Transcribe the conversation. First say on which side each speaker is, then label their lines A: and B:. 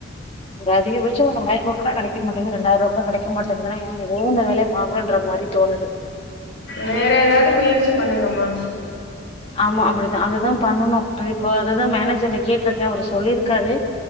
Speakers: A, on the left; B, on the left.
A: அதிகபட்சம் ஒரு ஆயிரவா கூட கெடைக்க மாட்டேங்கது ரெண்டாயருவ கெடைக்க மாட்டேங்கதுன்னா எ ஏ இந்த வேலைய பாக்குரோம்ன்ற மாரி தோணுது
B: வேற ஏதாது முயற்சி பண்ணுங்கம்மா
A: ஆமா அப்டிதா அததுதா பண்ணணும் இப்ப அததா மேனேஜர்ட்ட கேட்டிருக்கே அவ்ரு சொல்லியிருக்காரு